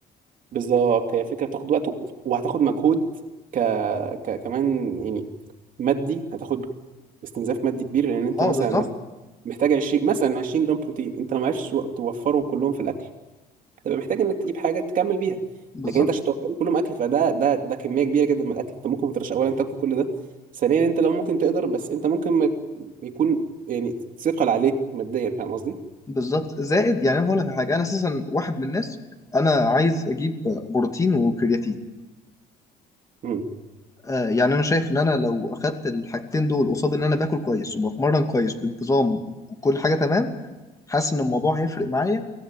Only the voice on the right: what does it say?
بالظبط هي فكره بتاخد وقت و- وهتاخد مجهود ك... ك... كمان يعني مادي هتاخد استنزاف مادي كبير لان انت
مثلا
محتاج 20 مثلا 20 جرام بروتين انت لو معكش وقت توفرهم كلهم في الاكل تبقى محتاج انك تجيب حاجه تكمل بيها
لكن انت عشان توفر كلهم اكل فده ده ده كميه كبيره جدا من الاكل انت ممكن ما تقدرش اولا تاكل كل ده ثانيا انت لو ممكن تقدر بس انت ممكن ما يكون يعني ثقل عليك ماديا فاهم قصدي؟
امم